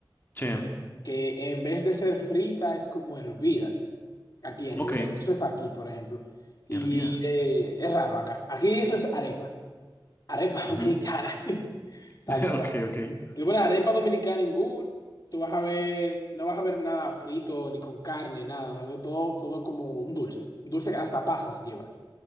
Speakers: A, on the left; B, on the left.
A: sí.
B: que en vez de ser frita es como hervida. Aquí a
A: Ok,
B: nivel, eso es aquí, por ejemplo. Y
A: hervida.
B: eh, es raro acá. Aquí eso es arepa, arepa
A: Ujú.
B: <laughs> dominicana, <laughs> tal
A: <laughs> Ok,
B: cual.
A: ok.
B: Y bueno, arepa dominicana en Google, tú vas a ver, no vas a ver nada frito ni con carne, nada, o sea, todo, todo todo como un dulce, un dulce que hasta pasas lleva.